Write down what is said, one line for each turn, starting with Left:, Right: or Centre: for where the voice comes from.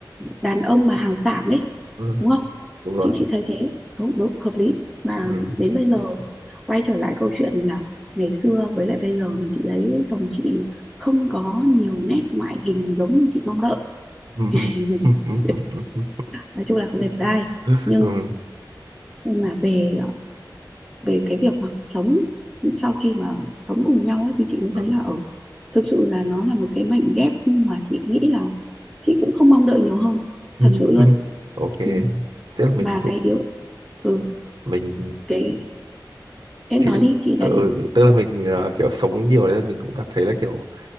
Centre: đàn ông mà hào sảng ấy
Right: ừ,
Centre: đúng không
Right: đúng rồi
Centre: chị chị thấy thế đúng đúng hợp lý mà
Right: ừ.
Centre: đến bây giờ quay trở lại câu chuyện là ngày xưa với lại bây giờ thì chị thấy chồng chị không có nhiều nét ngoại hình giống như chị mong đợi
Right: <laughs>
Centre: <laughs>
Right: ừ, ừ, ừ, ừ,
Centre: nói chung là không đẹp trai
Right: <laughs>
Centre: nhưng
Right: ừ,
Centre: nhưng mà về về cái việc mà sống sau khi mà sống cùng nhau ấy, thì chị mới
Right: ừ.
Centre: thấy là ở thực sự là nó là một cái mảnh ghép mà chị nghĩ là chị cũng không mong đợi nhiều hơn
Right: Ừ.
Centre: thật
Right: <laughs>
Centre: sự luôn
Right: ok
Centre: ừ.
Right: tức là mình
Centre: mà
Right: cũng
Centre: cái yếu ừ,
Right: mình
Centre: cái em
Right: thì
Centre: nói đi chị
Right: ừ,
Centre: lại
Right: tức là mình ờ, kiểu sống nhiều nên mình cũng cảm thấy là kiểu